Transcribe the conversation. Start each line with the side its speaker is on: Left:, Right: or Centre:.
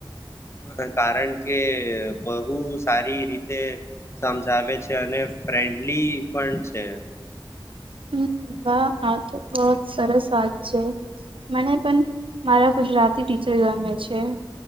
Left: હા કારણ કે બહુ સારી રીતે સમજાવે છે અને ફ્રેન્ડલી પણ છે
Right: હમ વાહ આ તો બહ સરસ વાત છે મને પણ મારા ગુજરાતી ટીચર ગમે છે